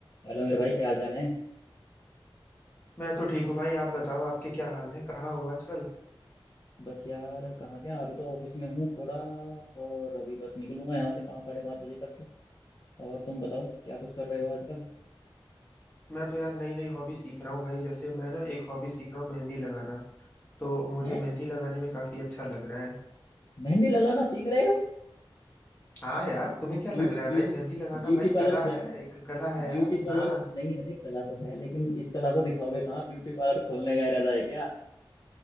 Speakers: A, on the left; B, on the left.
A: Hello मेरे भाई क्या हाल चाल है
B: मैं तो ठीक हूँ भाई आप बताओ आपके क्या हाल है कहाँ हो आजकल
A: बस यार कहाँ क्या अभी तो ऑफिस में हूँ थोड़ा और अभी बस निकलूंगा यहाँ से पाँच साढ़े पाँच बजे तक तो और तुम बताओ क्या कुछ कर रहे हो आजकल
B: मैं तो यार नई नई हॉबी सीख रहा हूँ भाई जैसे मैं ना एक हॉबी सीख रहा हूँ मेहंदी लगाना तो मुझे
A: हैं
B: मेहंदी लगाने में काफी अच्छा लग रहा है
A: मेहंदी लगाना सीख रहे हो
B: हाँ यार तुम्हें क्या लग
A: ब्यूटी
B: रहा है भाई
A: ब्यूटी
B: मेहंदी लगाना
A: ब्यूटी
B: भाई
A: पार्लर
B: कला
A: खोल
B: है एक कला है यार
A: ब्यूटी पार्लर
B: हाँ
A: नहीं अरे कला तो है लेकिन इस कला को दिखाओगे कहाँ ब्यूटी पार्लर खोलने का इरादा है क्या